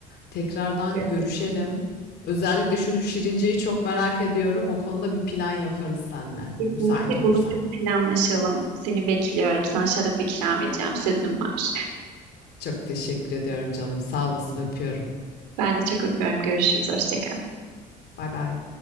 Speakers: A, on the left; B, on the right.
A: Tekrardan
B: Evet.
A: görüşelim. Özellikle şu Şirince'yi çok merak ediyorum. O konuda bir plan yaparız seninle.
B: Kesinlikle
A: Müsait olursan.
B: buluşup planlaşalım. Seni bekliyorum. Sana şarap ikram edeceğim. Sözüm var.
A: Çok teşekkür ediyorum canım. Sağ olasın, öpüyorum.
B: Ben de çok öpüyorum. Görüşürüz. Hoşça kal.
A: Bay bay.